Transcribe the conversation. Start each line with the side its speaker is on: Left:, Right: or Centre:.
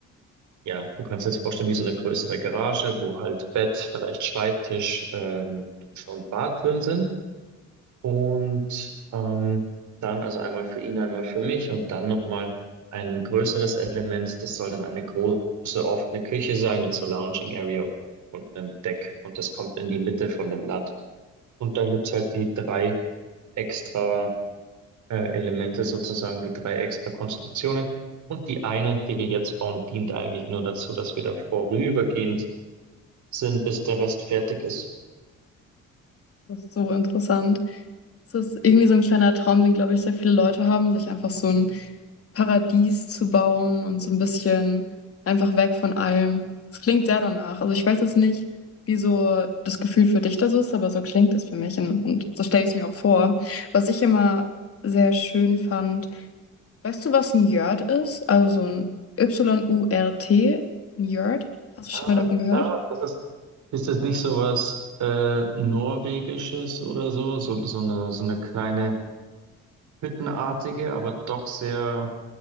Right: ja, du kannst dir jetzt vorstellen, wie so eine größere Garage, wo halt Bett, vielleicht Schreibtisch, ähm, Dusche und Bad drin sind. Und ähm, dann also einmal für ihn, einmal für mich und dann nochmal ein größeres Element. Das soll dann eine große offene Küche sein mit so Lounging Area und einem Deck. Und das kommt in die Mitte von dem Land. Und dann gibt's halt die drei extra äh, Elemente sozusagen, die drei extra Konstruktionen. Und die eine, die wir jetzt bauen, dient eigentlich nur dazu, dass wir da vorübergehend sind, bis der Rest fertig ist.
Left: Das ist so interessant. Es ist irgendwie so ein kleiner Traum, den, glaube ich, sehr viele Leute haben, sich einfach so ein Paradies zu bauen und so ein bisschen einfach weg von allem. Es klingt sehr danach. Also ich weiß jetzt nicht, wie so das Gefühl für dich da so ist, aber so klingt es für mich und, und so stelle ich es mir auch vor. Was ich immer sehr schön fand, weißt du, was ein Yurt ist? Also so ein Y-U-R-T, ein Yurt. Hast du
Right: Ja,
Left: schon mal davon gehört?
Right: klar, das ist Ist das nicht so was äh, Norwegisches oder so? So, so eine, so eine kleine hüttenartige, aber doch sehr,